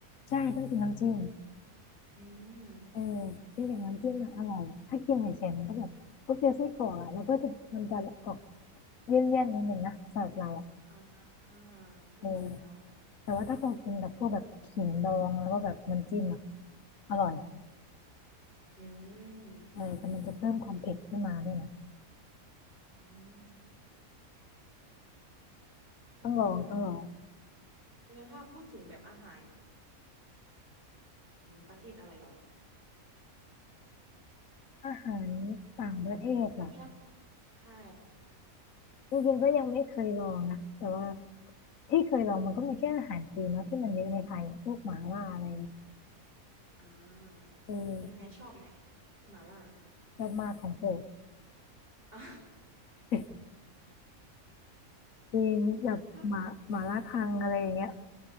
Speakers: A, on the left (about 70°); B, on the right (about 40°).
A: ใช่ต้องกินน้ำจิ้ม
B: อืม
A: เออกินกับน้ำจิ้มน่ะอร่อยถ้ากินเฉยๆมันก็แบบก็คือไส้กรอกอ่ะแล้วก็จะมันจะออกเลี่ยนๆนิดนึงนะสำหรับเราอ่ะ
B: อ่าอ่าเข้าใจแล้ว
A: เออแต่ว่าถ้าเรากินกับพวกแบบขิงดองแล้วก็แบบน้ำจิ้มอ่ะอร่อย
B: อืม
A: เออแต่มันจะเพิ่มความเผ็ดขึ้นมาด้วยนะ
B: อืม
A: ต้องลองต้องลอง
B: แล้วถ้าพูดถึงแบบอาหารประเทศอะไรเหรอ
A: อาหาร
B: ถ้า
A: ต่างประเทศอ่ะ
B: ถ้าไม่นับใช่
A: จริงๆก็ยังไม่เคยลองนะแต่ว่าที่เคยลองมันก็มีแค่อาหารจีนเนาะที่มันเยอะในไทยอะพวกหม่าล่าอะไร
B: อ่าเป็นไงชอบไหม
A: เออ
B: หม่าล่า <laughs>
A: ชอบมากของโปรด
B: อ่ะ
A: <laughs> จริงแบบหมาหมาล่าทังอะไรอย่างเงี้ย
B: ถ้า